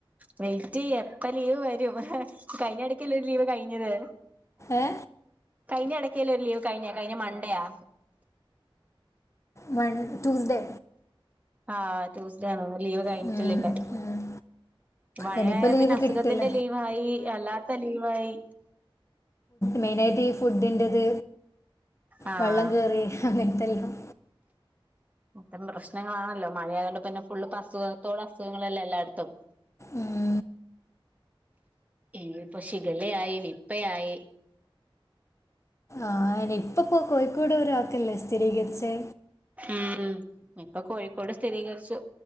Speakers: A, on the right (about 15°); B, on the left (about 30°).
A: വെയിറ്റെയ്യ പ്പ ലീവ് വരും. കഴിഞ്ഞടയ്ക്കല്ലേ ഒരു ലീവ് കഴിഞ്ഞത്
B: ഏ
A: കഴിഞ്ഞടെ <unintelligible> ലീവ് കഴിഞ്ഞെ കഴിഞ്ഞ മണ്ടെയാ.
B: മൺ ട്യൂസ്‌ഡേ
A: ആഹ് ട്യൂസ്‌ഡേ ആണ്ന്ന്. ലീവ് കഴിഞ്ഞിട്ടില്ല
B: ഉം,
A: എന്റെ
B: ഉം.
A: മഴയായ
B: ഇനിയിപ്പോൾ ലീവ്
A: പിന്നെ അസുഖത്തിന്റെ
B: കിട്ടില്ല
A: ലീവായി അല്ലാത്ത ലീവായി.
B: മെയിനായിട്ട് ഈ ഫുഡിന്റത്
A: ആഹ്
B: വള്ളം കേറി അങ്ങനത്തെല്ലാം.
A: ഇത്തരം പ്രശ്നങ്ങളാണല്ലോ മഴയായതുകൊണ്ട് പിന്നെ ഫുൾ പ്പ അസുഖത്തോടെ അസുഖങ്ങളല്ലേ എല്ലായിടത്തും
B: ഉം
A: ഇനിയിപ്പൊ ശിഖലയായി നിപ്പയായി
B: ആ അന്നെ നിപ്പ പ്പോ കോഴിക്കോടൊരാക്കല്ലേ സ്ഥിരീകരിച്ചേ
A: ഉം ഇപ്പൊ കോഴിക്കോട് സ്ഥിരീകരിച്ചു